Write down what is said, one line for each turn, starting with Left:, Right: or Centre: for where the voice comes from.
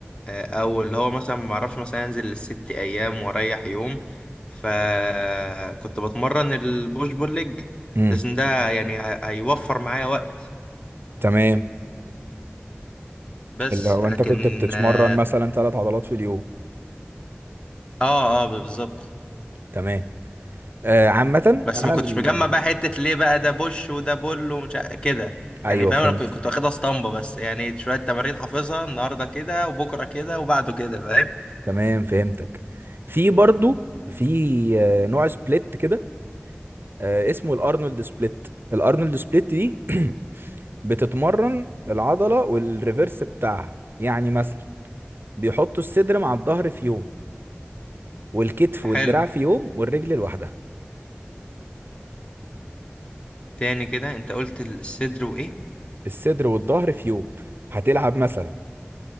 Left: آه، او اللي هو مثلا ما بعرفش مثلا انزل الست ايام واريح يوم فكنت بتمرن البوش بول ليج
Right: امم
Left: لازم ده يعني هي- هيوفر معايا وقت
Right: تمام
Left: بس
Right: اللي هو
Left: لكن
Right: انت كنت بتتمرن
Left: اه
Right: مثلا ثلاث عضلات في اليوم
Left: اه, آه بالظبط
Right: تمام آه عامة
Left: بس
Right: انا
Left: ما كنتش
Right: ال...
Left: مجمع بقى حتة ليه بقى ده بوش وده بول ومش ع- كده
Right: ايوه
Left: يعني فاهم
Right: فهمت
Left: انا كنت واخدها اسطمبة بس يعني شوية تمارين حافظها النهاردة كده وبكرة كده وبعده كده فاهم
Right: تمام فهمتك في برضو في آه، نوع سبليت كده آه، اسمه الارنولد سبليت الارنولد سبليت دي <clears throat> بتتمرن العضله والريفرس بتاعها يعني مثلا بيحطوا الصدر مع الظهر في يوم والكتف والدراع
Left: حلو
Right: في يوم والرجل لوحدها
Left: تاني كده انت قلت الصدر وايه
Right: الصدر والظهر في يوم هتلعب مثلا